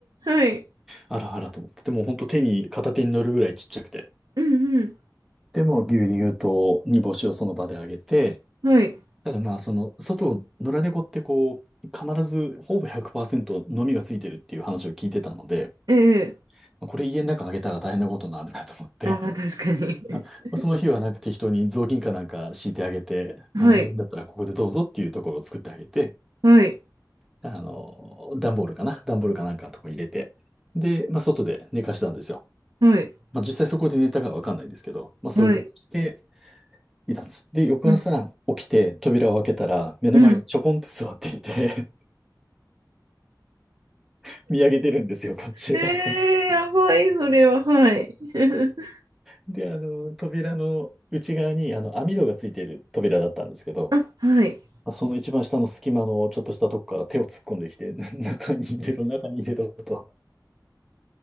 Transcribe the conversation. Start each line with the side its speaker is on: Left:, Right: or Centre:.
Right: いい。はい。
Centre: あらあらと思って。でも本当手に、片手に乗るぐらいちっちゃくて。
Right: うんうん。
Centre: でもう牛乳と煮干しをその場であげて、
Right: はい。
Centre: ただまあその、外野良猫ってこう、必ずほぼ100%飲みがついてるっていう話を聞いてたので、
Right: ええ
Centre: まあこれ家の中あげたら大変なことになるなと思って
Right: ああー、確かに。
Centre: <laughs> まあその日はなんか適当に雑巾かなんか敷いてあげて、
Right: <laughs> はい。
Centre: まあ、寝るんだったらここでどうぞっていうところを作ってあげて、
Right: はい。
Centre: あの、段ボールかな段ボールかなんかのとこに入れて、で、まあ、外で寝かしたんですよ。
Right: はい。
Centre: まあ、実際そこで寝たかはわかんないんですけど、まあ、そういうふうにして
Right: はい。
Centre: いたんです。で、翌朝起きて扉を開けたら、
Right: うん。
Centre: 目の前にちょこんって座っていて
Right: うん。
Centre: <laughs> 見上げてるんですよ、こっちを。
Right: ええやばい、それは。はい。<laughs>
Centre: で、あの、扉の内側に、あの、網戸がついている扉だったんですけど、
Right: あ、はい。
Centre: まあその一番下の隙間のちょっとしたとこから手を突っ込んできて、<laughs> 中に入れろ、中に入れろと